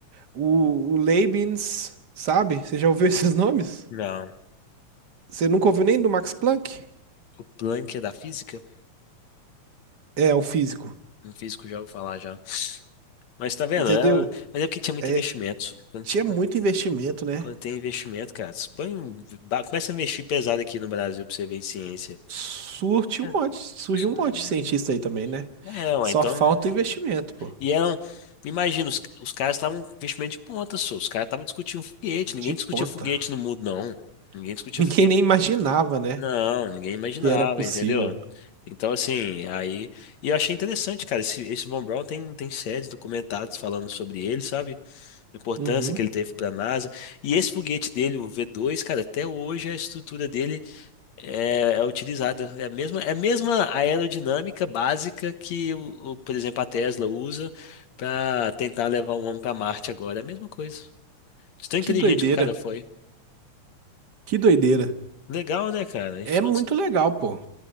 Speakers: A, on the right; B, on the left.
A: o, o Leibniz, sabe? Você já ouviu <laughs> esses nomes?
B: Não.
A: Você nunca ouviu nem do Max Planck?
B: O Planck é da física?
A: É, o físico,
B: Um físico já ouviu falar já. Mas tá vendo?
A: entendeu?
B: É- mas é porque tinha muito
A: É,
B: investimento. Quando,
A: tinha
B: ti- quando-
A: muito investimento, né?
B: quando tem investimento, cara, você põe, um ba- começa a investir pesado aqui no Brasil pra você ver em ciência.
A: Surte
B: Como que
A: um
B: É,
A: monte, surge
B: Isso
A: um
B: não-
A: monte de cientista aí também, né?
B: É, ué,
A: Só
B: então.
A: falta o investimento, pô.
B: E eram. Imagina, os, os caras estavam com investimento de ponta, só. Os caras estavam discutindo foguete.
A: De
B: Ninguém
A: ponta.
B: discutia foguete no mundo, não. Ninguém
A: <laughs>
B: discutia
A: Ninguém
B: foguete.
A: nem imaginava, né?
B: Não, ninguém imaginava,
A: Que era possível.
B: entendeu? Então, assim, aí. E eu achei interessante, cara. Esse, esse Von Braun tem, tem séries documentadas falando sobre ele, sabe? a importância
A: Uhum.
B: que ele teve para a NASA. E esse foguete dele, o V2, cara, até hoje a estrutura dele é, é utilizada. É a mesma, é a mesma aerodinâmica básica que, o, o- por exemplo, a Tesla usa para tentar levar o homem para Marte agora. É a mesma coisa. De tão inteligente
A: Que doideira.
B: que o cara foi.
A: Que doideira.
B: Legal, né, cara? A gente,
A: É
B: cons-
A: muito legal, pô.